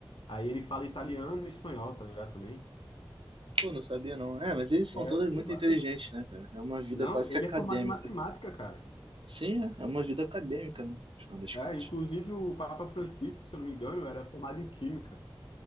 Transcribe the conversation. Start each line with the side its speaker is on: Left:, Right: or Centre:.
Left: Aí ele fala italiano e espanhol, tá ligado? Também.
Right: pô, não sabia não. É, mas eles são
Left: É,
Right: todos
Left: ele,
Right: muito inteligentes,
Left: ele-
Right: né, cara? É uma vida
Left: não,
Right: quase
Left: ele
Right: que acadêmica.
Left: é formado em matemática, cara.
Right: Sim, é, é uma vida acadêmica, né? No final das
Left: É,
Right: contas.
Left: inclusive o Papa Francisco, se eu não me engano, era formado em química.